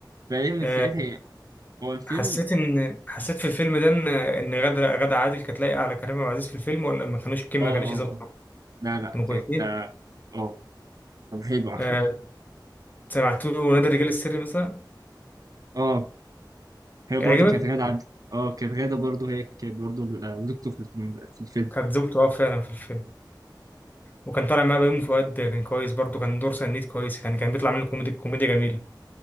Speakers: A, on the right; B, on the left.
A: فهي من
B: آه،
A: ساعتها هو الفيلم
B: حسيت إن حسيت في الفيلم ده إن إن غادة غادة عادل كانت لايقة على كريم عبد العزيز في الفيلم ولا ما كانوش الكيميا
A: آه
B: ما كانوش
A: آه
B: ظابطة
A: آه. لا لا
B: كانوا
A: كانت
B: كويسين
A: آه كان حلو على
B: آه،
A: فكرة
B: سمعت له نادي الرجال السري مثلا
A: آه هي برضه
B: كان عجبك
A: كانت غادة عبد آه كانت غادة برضه هي كانت برضه زوجته في الفيلم في الفيلم.
B: كانت زوجته أه فعلا في الفيلم وكان طالع معاه بيومي فؤاد كان كويس برضه كان دور سنيد كويس يعني كان بيطلع منه كوميدي كوميديا جميلة